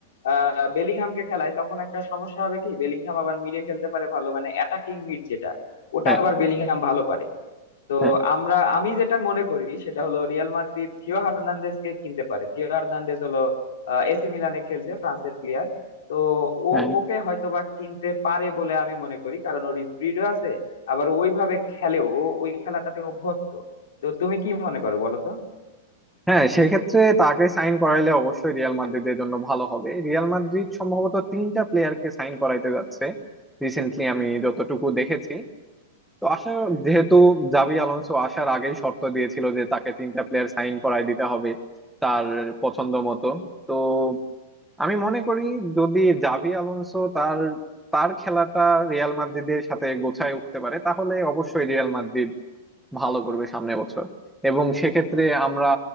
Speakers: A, on the left; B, in the centre.
A: আহ বেলিংহামকে খেলাই তখন একটা সমস্যা হবে কি বেলিংহাম আবার মিডে খেলতে পারে ভালো মানে অ্যাটাকিং মিড যেটা ওটা
B: হ্যাঁ
A: আবার বেলিংহাম ভালো পারে তো
B: হ্যাঁ
A: আমরা আমি যেটা মনে করি সেটা হলো রিয়াল মাদ্রিদ থিও হার্নান্দেজ কে কিনতে পারে থিও হার্নান্দেজ হলো এসি মিলানে খেলছে ফ্রান্সের প্লেয়ার তো ও
B: হ্যাঁ
A: ওকে হয়তোবা কিনতে পারে বলে আমি মনে করি কারণ ওর স্পিডও আছে আবার ওইভাবে খেলেও ও ওই খেলাটাতে অভ্যস্ত তো তুমি কি মনে করো বলো তো
B: হ্যাঁ সেক্ষেত্রে তাকে সাইন করাইলে অবশ্যই রিয়াল মাদ্রিদের জন্য ভালো হবে রিয়াল মাদ্রিদ সম্ভবত তিনটা প্লেয়ারকে সাইন করাইতে যাচ্ছে রিসেন্টলি আমি যতটুকু দেখেছি তো আশা যেহেতু জাভি আলোনসো আসার আগেই শর্ত দিয়েছিল যে তাকে তিনটা প্লেয়ার সাইন করায় দিতে হবে তার পছন্দ মতো তো আমি মনে করি যদি জাভি আলোনসো তার তার খেলাটা রিয়াল মাদ্রিদের সাথে গোছায় উঠতে পারে তাহলে অবশ্যই রিয়াল মাদ্রিদ ভালো করবে সামনের বছর এবং সেক্ষেত্রে আমরা